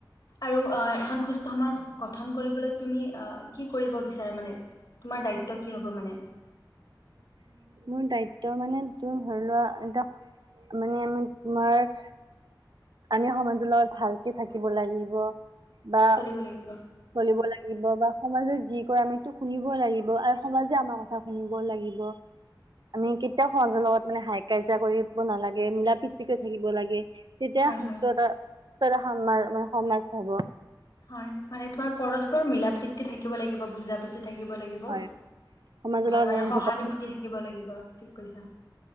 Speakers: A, on the left; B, on the right.
A: আৰু আ, এখন সুস্থ সমাজ গঠন কৰিবলৈ তুমি আ, কি কৰিব বিচাৰা মানে? তোমাৰ দায়িত্ব কি হ'ব মানে?
B: <inaudible> মোৰ দায়িত্ব মানে তোৰ ধৰি লোৱা এটা মানে তোমাৰ- আমি সমাজৰ লগত ভালকে থাকিব লাগিব বা-
A: চলিব লাগিব
B: চলিব লাগিব বা সমাজে যি কয় আমিতো শুনিব লাগিব আৰু সমাজে আমাৰ কথা শুনিব লাগিব। আমি কেতিয়াও সমাজৰ লগত মানে হাই কাজিয়া কৰিব নালাগে মিলা প্ৰতিকে থাকিব লাগে। তেতিয়া
A: হয়
B: সুস্থতা
A: হয়
B: সামাৰ মানে সমাজ হ'ব।
A: হয়ঁ মানে তোমাৰ পৰস্পৰ মিলা প্ৰীতি থাকিব লাগিব বুজাবুজি থাকিব লাগিব। ব,
B: হয় সমাজৰ
A: হয়ঁ
B: লগত
A: হয়ঁ আৰু
B: আমি
A: সহানুভূতি
B: বুজা
A: থাকিব লাগিব ঠিক কৈছা।